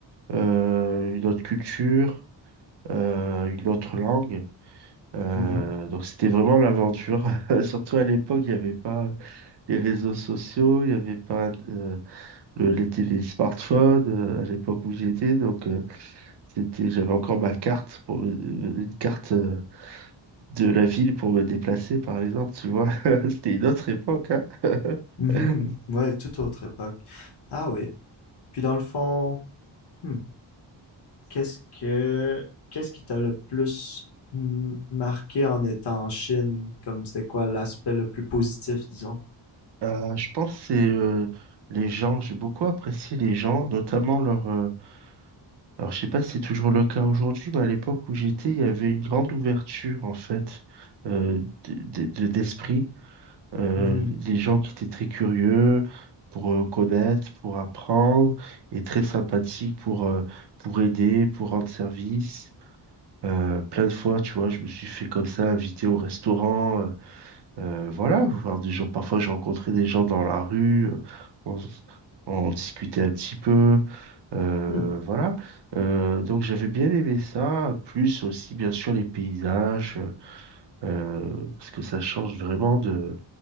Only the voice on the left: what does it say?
Mhm.
Mhm.
Ouais, toute autre époque. Ah oui. Puis dans le fond, hmm, Qu'est-ce que qu'est-ce qui t'a le plus m- marqué en étant en Chine? Comme c'était quoi l'aspect le plus positif, disons?
Mhm.
Hmm.